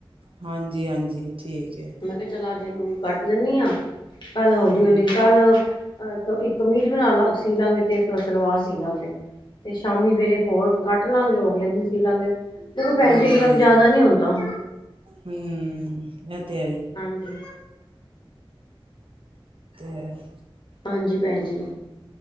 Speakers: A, on the right; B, on the left.
A: ਹਾਂਜੀ-ਹਾਂਜੀ ਠੀਕ ਏ।
B: ਮੈਂ ਕਿਹਾ ਚਲ ਅੱਜ ਏਨੂੰ ਕੱਟ ਦਿੰਨੀ ਆ ਕੱਲ ਹੌਲੀ
A: ਹੂੰ,
B: ਹੌਲੀ ਕੱਲ। ਅਹ ਇੱਕ ਕਮੀਜ਼ ਬਣਾ ਕੇ ਸੀ ਲਾਂਗੇ ਤੇ ਇੱਕ ਸਲਵਾਰ ਸੀ ਲਾਂਗੇ ਤੇ ਸ਼ਾਮੀ ਫੇਰ ਏਕ ਹੋਰ। ਕੱਟ ਲਾਂਗੇ ਉਹ ਅਗਲੇ ਦਿਨ ਸੀ ਲਾਂਗੇ। ਦੇਖੋ ਭੈਣ
A: ਹਾਂਜੀ
B: ਜੀ ਇਕਦਮ
A: ਹਾਂਜੀ
B: ਜਿਆਦਾ ਨੀ ਹੁੰਦਾ
A: ਹਮ ਇਹ ਤੇ
B: ਹਾਂਜੀ।
A: ਹੈ। <inaudible>
B: ਹਾਂਜੀ ਭੈਣਜੀ।